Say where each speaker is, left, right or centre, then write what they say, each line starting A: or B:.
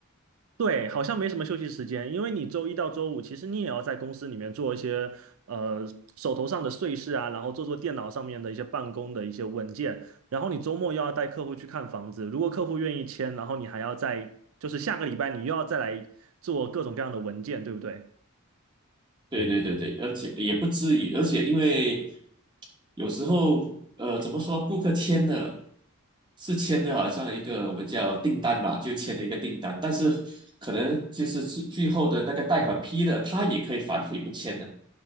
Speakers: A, on the right; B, on the right.
A: 对，好像没什么休息时间，因为你周一到周五，其实你也要在公司里面做一些呃手头上的碎事啊，然后做做电脑上面的一些办公的一些文件，然后你周末又要带客户去看房子，如果客户愿意签，然后你还要再就是下个礼拜你又要再来做各种各样的文件，对不对？
B: 对对对对，而且也不至于，而且因为有时候呃，怎么说，顾客签了是签的，好像一个我们叫订单吧，就签了一个订单，但是可能就是最最后的那个贷款批了，他也可以反悔不签的。